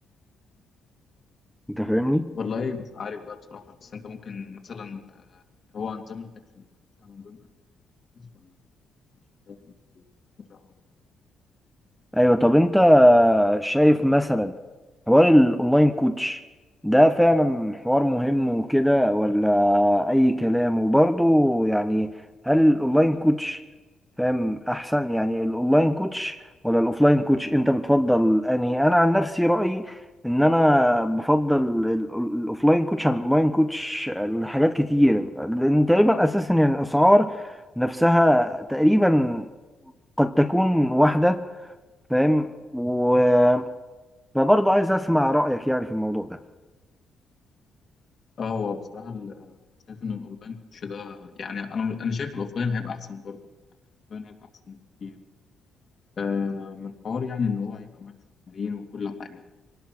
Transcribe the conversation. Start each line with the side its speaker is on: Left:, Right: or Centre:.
Centre: انت فاهمني
Left: والله مش عارف بقى بصراحة بس أنت ممكن مثلا آه، هو نظام الأكل أنت ماشي على نظام أكل كويس ولا مش فاهم مش ماشي على نظام أكل؟
Centre: ايوه طب انت شايف مثلا حوار الاونلاين كوتش ده فعلا حوار مهم وكده ولا اي كلام وبرضه يعني هل الاونلاين كوتش فاهم احسن يعني الاونلاين كوتش ولا الاوفلاين كوتش انت بتفضل انهي انا عن نفسي رأيي ان انا بفضل ال- ال- الاوفلاين كوتش عن الاونلاين كوتش لحاجات كتير لان تقريبا اساسا يعني الاسعار نفسها تقريبا قد تكون واحدة فاهم وبرضه عايز اسمع رايك يعني في الموضوع ده
Left: أه هو بصراحة ال- آه، شايف إن الأونلاين كوتش ده يعني أنا أنا شايف الأوفلاين هيبقى أحسن برضه يعني الأوفلاين هيبقى أحسن بكتير آه، من حوار يعني إن هو هيبقى معاك في التمارين وكل حاجة